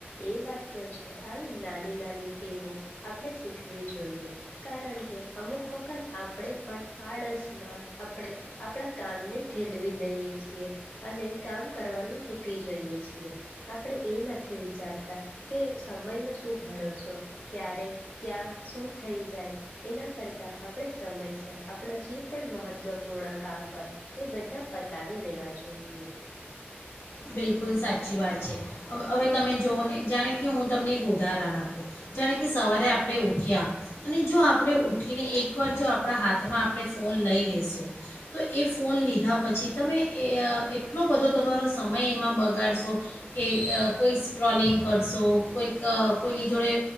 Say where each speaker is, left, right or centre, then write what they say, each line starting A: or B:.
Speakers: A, on the left; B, on the left.
A: એ વાત તો છે આવી નાની નાની ટેવો આપણે શીખવી જોઈએ કારણ કે અમુક વખત આપણે પણ આળસમાં આપડે આપડા કામને ઠેલવી દઈએ છીએ અને કામ કરવાનું ચૂકી જઈએ છીએ આપડે એ નથી વિચારતા કે સમયનો શું ભરોસો ક્યારેક ક્યાં શું થઈ જાય એના કરતા આપણે સમયસર આપણા જે પણ મહત્વપૂર્ણ કામ હોય એ બધા પતાવી લેવા જોઈએ.
B: બિલકુલ સાચી વાત છે હવે તમે જુઓ ને જાણે કે હું તમને એક ઉદાહરણ આપું જાણે કે સવારે આપણે ઉઠ્યા અને જો આપણે ઉઠીને એકવાર જો આપણા હાથ તેમાં આપણે ફોન લઈ લેશું તો એ ફોન લીધા પછી તમે એ એટલો બધો તમારો સમય એમાં બગાડશો કે કોઈ સ્ક્રોલિંગ કરશો કોઈક કોઈની જોડે